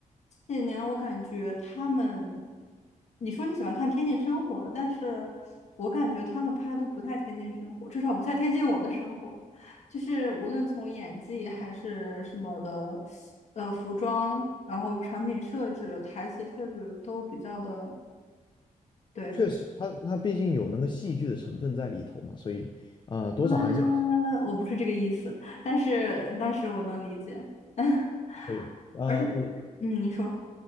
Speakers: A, on the left; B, on the left.
A: 这几年我感觉他们，你说你喜欢看贴近生活的，但是我感觉他们拍的都不太贴近生活，至少不太贴近我的生活，就是无论从演技还是什么的，呃，服装，然后场景设置、台词设置都比较的。对。
B: 确实，它它毕竟有那个戏剧的成分在里头嘛，所以啊、多少还是有
A: 嗯，我不是这个意思，但是但是我能理解，<laughs>
B: 对。啊我
A: 而且嗯，你说，